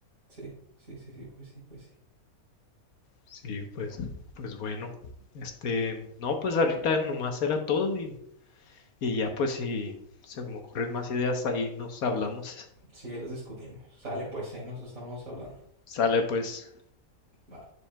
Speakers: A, on the right (about 65°); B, on the left (about 80°).
A: Sí, sí, sí, sí, pues sí, pues sí.
B: Sí, pues, pues bueno, este, no, pues ahorita nomás era todo y, y ya pues si se me ocurren más ideas ahí nos hablamos.
A: Sí, ahí los discutimos. Sale pues, ahí nos estamos hablando.
B: Sale pues.
A: Bye.